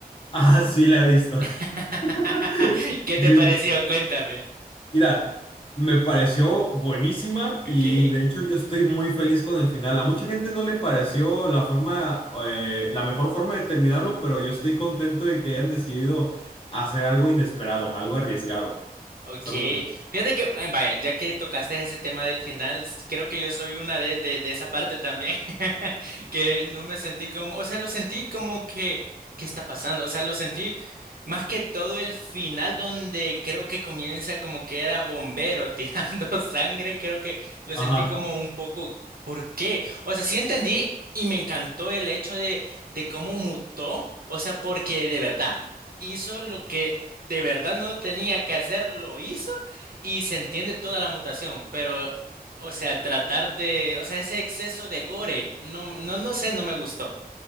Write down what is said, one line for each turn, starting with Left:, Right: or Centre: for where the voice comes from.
Left: Ah, sí, la he visto.
Right: <laughs>
Left: <laughs>
Right: ¿Qué te
Left: Jesus.
Right: pareció? Cuéntame.
Left: Mira, me pareció buenísima
Right: Ok.
Left: y de hecho yo estoy muy feliz con el final. A mucha gente no le pareció la forma, eh, la mejor forma de terminarlo, pero yo estoy contento de que hayan decidido hacer algo inesperado, algo arriesgado.
Right: Ok,
Left: Está muy bueno.
Right: fíjate que, eh, vaya, ya que tocaste ese tema del final, s- creo que yo soy una de, de, de esa parte también, <laughs> que no me sentí como, o sea, lo sentí como que, ¿qué está pasando? O sea, lo sentí más que todo el final donde creo que comienza como que era bombero <laughs> tirando sangre, creo que lo
Left: Ajá.
Right: sentí como un poco, ¿por qué? O sea, sí entendí y me encantó el hecho de, de cómo mutó, o sea, porque de verdad hizo lo que de verdad no tenía que hacer, lo hizo y se entiende toda la mutación, pero, o sea, tratar de, o sea, ese exceso de gore, no, no, no sé, no me gustó.